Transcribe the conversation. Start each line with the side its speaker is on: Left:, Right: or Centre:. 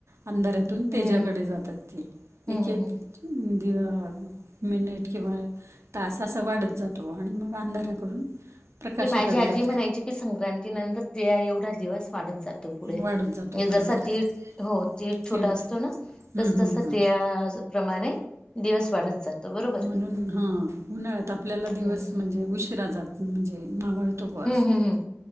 Right: अंधारा तून
Left: हं,
Right: तेज्याकडे
Left: हं.
Right: जातात ती
Left: हं,
Right: एक
Left: हं,
Right: एक
Left: हं.
Right: दिवा मिनिट के बार तास असा वाढतं जातो आणि मग अंधाराकडून प्रकाशाकडे
Left: आणि माझी आजी
Right: जातो
Left: म्हणायची की संक्रांतीनंतर तीळा एवढा दिवस वाढत जातो. पुढे
Right: वाढत जातो
Left: आणि
Right: बरोबर
Left: जसा
Right: आहे
Left: तीळ, हो तीळ
Right: केळीत
Left: छोटा असतो ना
Right: हम्म
Left: तसं,
Right: हम्म
Left: तसं
Right: हम्म
Left: तिळाप्रमाणे दिवस वाढतं जातो. बरोबर.
Right: म्हणून हा उन्हाळ्यात आपल्याला दिवस
Left: हम्म
Right: म्हणजे उशिरा जात म्हणजे मावळ तो बा असं
Left: हम्म हम्म